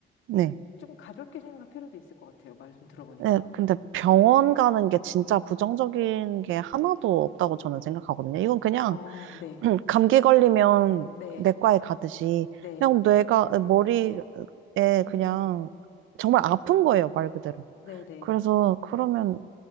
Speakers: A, on the right; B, on the left.
A: 네.
B: 조금 가볍게 생각할 필요도 있을 것 같아요. 말씀 들어보니까.
A: 네, 근데 병원 가는 게 진짜 부정적인 게 하나도 없다고 저는 생각하거든요. 이건 그냥
B: 어, 네,
A: <clears throat> 감기 걸리면
B: 네,
A: 내과에 가듯이
B: 네,
A: 그냥 뇌가 머리에
B: 음,
A: 그냥
B: 음,
A: 정말 아픈 거예요, 말 그대로.
B: 네, 네,
A: 그래서 그러면